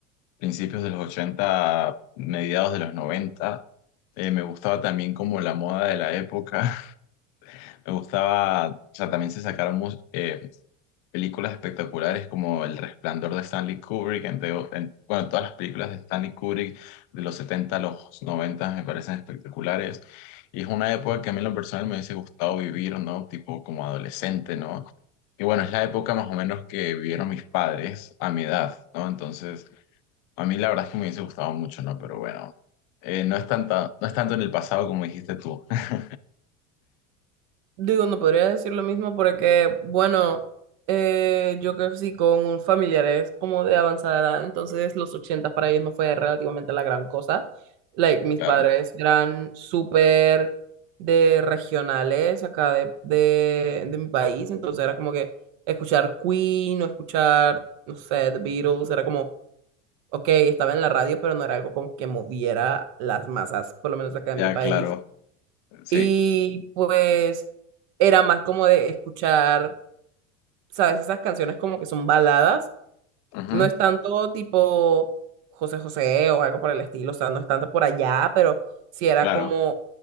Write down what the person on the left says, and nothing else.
principios de los ochenta mediados de los noventa Eh, me gustaba también como la moda de la época. <laughs> Me gustaba, o sea, también se sacaron mus- eh, películas espectaculares como El Resplandor de Stanley Kubrick, entre, o- en- bueno, todas las películas de Stanley Kubrick de los 70 a los 90 me parecen espectaculares. Y es una época que a mí en lo personal me hubiese gustado vivir, ¿no? Tipo como adolescente, ¿no? Y bueno, es la época más o menos que vivieron mis padres a mi edad, ¿no? Entonces... A mí la verdad es que me hubiese gustado mucho, ¿no? Pero bueno, eh, no es tanta, no es tanto en el pasado como dijiste tú. <laughs>
Claro,
ya,
claro, sí.
Ujú,
claro,